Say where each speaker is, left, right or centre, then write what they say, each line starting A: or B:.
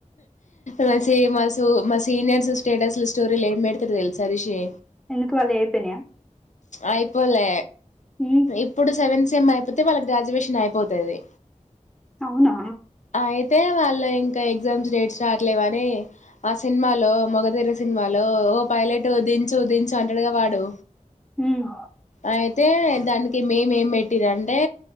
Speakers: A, on the left (about 65°); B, in the centre.
A: మసి మాసు మా సీనియర్స్ స్టేటస్లు స్టోరీలు ఏం పెడ్తరు తెలుస రిషి
B: ఎందుకు వాళ్ళు అయిపోయినాయా
A: అయిపోలే
B: ఉమ్
A: ఇప్పుడు సెవెన్ సేమ్ అయిపోతే వాళ్ళకి గ్రాడ్యుయేషన్ అయిపోతది
B: అవునా
A: అయితే వాళ్ళు ఇంకా ఎగ్జామ్స్ డేట్స్ రావట్లేవని ఆ సినిమాలో మగధీర సినిమాలో ఓ పైలట్ దించు దించు అంటడుగా వాడు
B: హ్మ్
A: అయితే దానిక్ మేమేం ఏం పెట్టిర అంటే